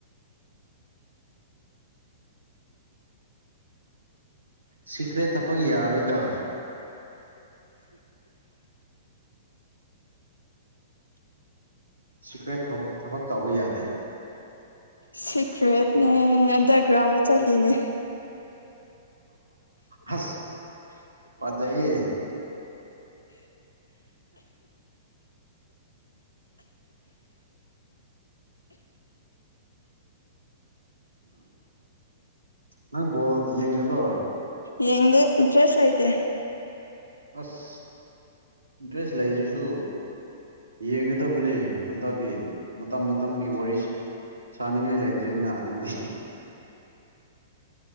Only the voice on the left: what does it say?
ꯁꯤꯀ꯭ꯔꯦꯠꯅꯦ ꯑꯟꯗꯔꯒ꯭ꯔꯥꯎꯟꯗ ꯆꯠꯂꯤꯅꯦ
ꯌꯦꯡꯦ ꯆꯁꯂꯥꯏꯇ